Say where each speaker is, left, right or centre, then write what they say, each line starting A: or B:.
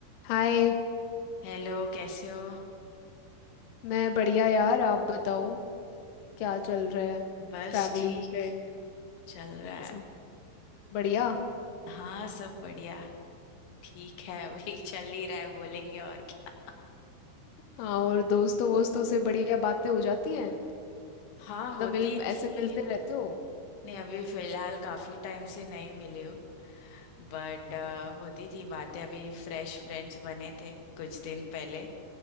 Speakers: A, on the left; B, on the left.
A: हाय
B: हेलो कैसे हो
A: मैं बढ़िया यार आप बताओ क्या चल रहा है
B: बस
A: फैमिली
B: ठीक
A: फ्रेंड
B: चल रहा है
A: सब बढ़िया
B: हाँ सब बढ़िया ठीक है <laughs> अभी चल ही रहा है बोलेंगे और क्या
A: हाँ और दोस्तों वोस्तों से बढ़िया बातें हो जाती हैं
B: हाँ
A: मतलब
B: होती
A: मिल
B: थी
A: ऐसे मिलते रहते हो
B: नहीं अभी फिलहाल काफी टाइम से नहीं मिली हूँ बट होती थी बातें अभी फ्रेश फ्रेंड्स बने थे कुछ दिन पहले